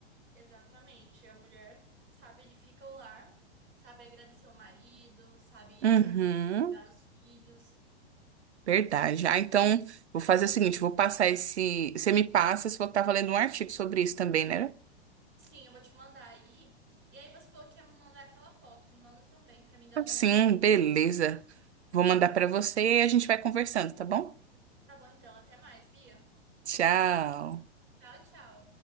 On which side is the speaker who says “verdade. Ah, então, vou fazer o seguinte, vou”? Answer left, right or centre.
Right